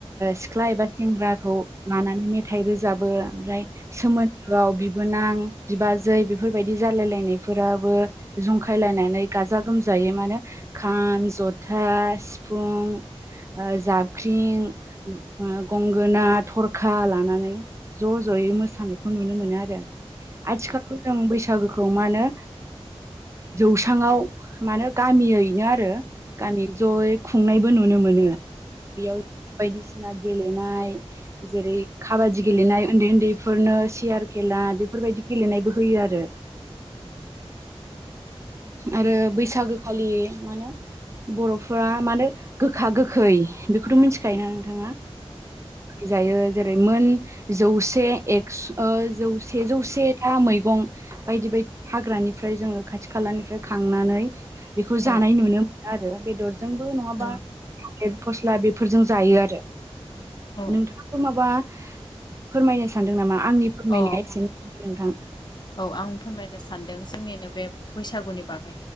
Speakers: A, on the right; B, on the left.
A: सिख्ला एबा सेंग्राखौ लानानै मेथाइ रोजाबो ओमफ्राय सोमोन्दोआव बिबोनां बिबाजै बेफोरबायदि जालायलायनायफोराबो जंखायलायनानै गाजा गोमजा जायो मानो खाम जथा सिफुं जाबख्रिं गंगो गोना थरखा लानानै ज' ज'यै मोसानायखौ नुनो मोनो आरो आथिखालाव जों बैसागोखौ मा होनो जौसांआव मानो गामि यैनो आरो गामि जय खुंनायबो नुनो मोनो बेयाव बायदिसिना गेलेनाय जेरै काबादि गेलेनाय उन्दै उन्दैफोरनो सियार खेला बेफोरबायदि गेलेनायबो होयो आरो आरो बैसागो खालि मा होनो बर'फोरा मानो गोखा गोखै बेखौथ' मिथिखायोना नोंथाङा जायो जेरै मोन जौसे एक्स जौसे जौसे था मैगं बायदि बायदि हाग्रानिफ्राय जोङो खाथि खालानिफ्र ओमफ्राय खांनानै बेखौ
B: औ
A: जानाय
B: औ
A: नुनो मोनो आरो बेदरजोंबो नङाबा
B: औ
A: फस्ला बेफोरजों जायो आरो
B: औ
A: नोंथांखौ माबा फोरमायनो सान सानदों नामा आंनि फोरमायनाया
B: औ
A: एसेनो नोंथां
B: औ आं फोरमायनो सानदों जोंनिनो बे बैसागुनि बागै